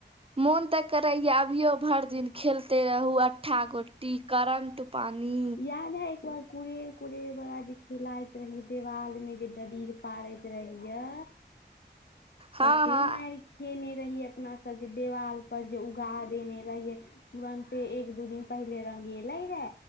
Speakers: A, on the right; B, on the left.
A: मोन तऽ करैये अभियो भरि दिन खेलते रहु अट्ठा-गोटी करंट पानी
B: याद ऐ एक बेर कुरेर-कुरेर बला जे खेलाइत रहियै देवाल में जे डडीर पारैत रहियै
A: हँ
B: कते
A: हँ
B: माइर खेने रहियै अपना सब जे देवाल पर जे उगा देने रहियै तुरन्ते एक दू दिन पहिल रंगेलै रै